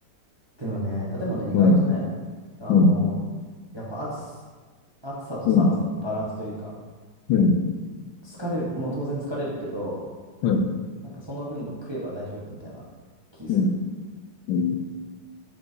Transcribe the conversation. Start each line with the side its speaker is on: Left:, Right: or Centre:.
Right: でもね、あ、でもね、意外とね、
Left: うん、
Right: あのーやっぱ暑、
Left: うん、
Right: 暑さと寒さのバランスというか、
Left: うん、うん、
Right: 疲れる、もう当然疲れるけど、
Left: うん、
Right: なんかその分食えば大丈夫みたいな気する。
Left: うん、うん。